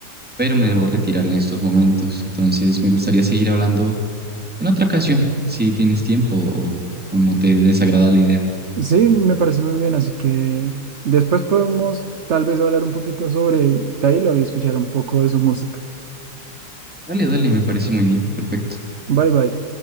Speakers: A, in the centre; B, on the right (about 50°).
A: pero me debo retirar en estos momentos, entonces me gustaría seguir hablando en otra ocasión, si tienes tiempo o, o no te desagrada la idea.
B: Sí, me parece muy bien, así que después podemos tal vez hablar un poquito sobre Taylor y escuchar un poco de su música.
A: Dale, dale, me parece muy bien, perfecto.
B: Bye bye.